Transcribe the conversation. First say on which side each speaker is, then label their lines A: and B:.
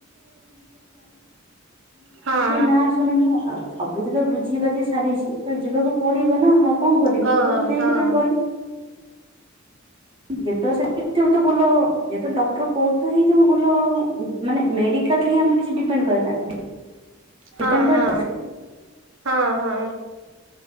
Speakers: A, on the right (about 65°); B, on the right (about 25°).
A: ହଁ
B: ନାଁ ଶୁଣିଲି ସବୁ ଯେତେ ବୁଝି ବାଝି ସାରିଛି, ତ ଯିବାକୁ ପଡିବ ନା। ଆଉ କ'ଣ କରିବି?
A: ହଁ
B: ନେଇକିନା
A: ହଁ।
B: ଗଲି। <inaudible> ମାନେ ମେଡ଼ିକାଲ୍ ଠି ଆମେ କିଛି ଡିପେଣ୍ଡେ କରେନା। <inaudible>
A: ହଁ
B: ଆମର ଡ଼ିପେଣ୍ଡ୍
A: ହଁ ହଁ ହଁ